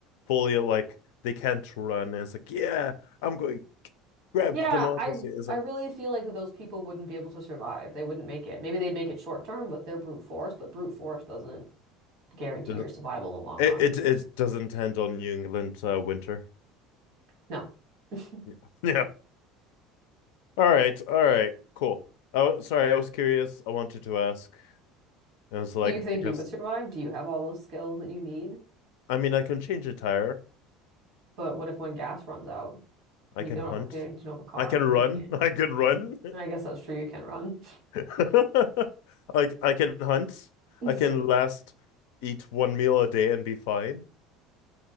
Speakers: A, on the left; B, on the right.
A: fully like they can't run. And it's like, yeah, I'm going grab
B: Yeah,
A: democracy.
B: I
A: It's
B: I
A: like
B: really feel like that those people wouldn't be able to survive. They wouldn't make it. Maybe they'd make it short term with their brute force, but brute force doesn't guarantee
A: does
B: your survival in the long
A: it,
B: run.
A: it it doesn't end on New England uh, winter. <laughs>
B: No. <laughs>
A: Yeah. Yeah. All right. All right. Cool. Oh, sorry. I was curious. I wanted to ask. I was like,
B: Do you think
A: because
B: you would survive? Do you have all those skills that you need?
A: I mean, I can change a tire.
B: But what if when gas runs out
A: I
B: and
A: can
B: you don't
A: hunt.
B: have a cleaner, you don't have a car?
A: I can run.
B: You can't.
A: <laughs> I can run.
B: I guess that's true. You can run.
A: <laughs> Like I can hunt.
B: <laughs>
A: I can last eat one meal a day and be fine.